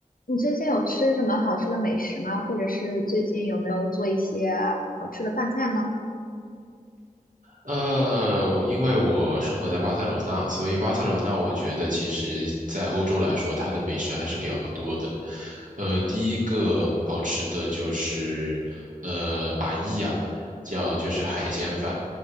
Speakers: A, on the left (about 75°); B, on the right (about 65°).
A: 你最近有吃什么好吃的美食吗？或者是最近有没有做一些好吃的饭菜呢？
B: 呃，我因为我生活在巴塞罗那，所以巴塞罗那我觉得其实在欧洲来说，它的美食还是比较多的。呃，第一个好吃的就是呃巴伊亚，叫就是海鲜饭，